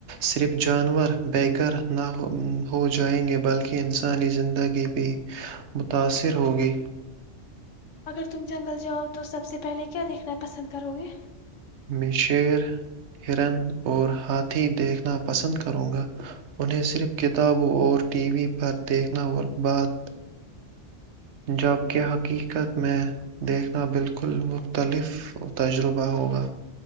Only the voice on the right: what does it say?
صرف جانور ب گگر نہ ہو جائیں گے بلکہ انسانی زندگی بھی متاثر ہوگی
میں شیر ہرن اور ہاتھی دیکھنا پسند کروں گا انہیں صرف کتابوں اور ٹی وی پر دیکھنا اور بعد جب کہ حقیقت میں دیکھنا بالکل مختلف تجربہ ہو گا